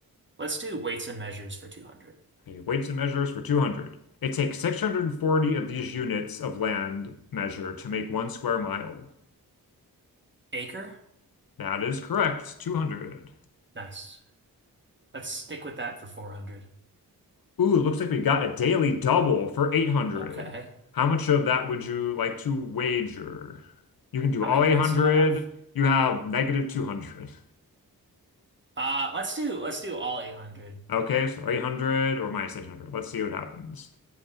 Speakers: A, on the right; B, on the left.
A: Let's do weights and measures for 200.
B: Okay. Weights and measures for 200. It takes 640 of these units of land measure to make one square mile.
A: Acre?
B: That is correct. 200.
A: Nice. Let's stick with that for 400.
B: Ooh, looks like we got a daily double for 800.
A: Okay.
B: How much of that would you like to wager? You can do
A: How
B: all
A: many points
B: 800.
A: do I have?
B: You have negative 200.
A: Uh, let's do let's do all 800.
B: Okay, so 800 or minus 800. Let's see what happens.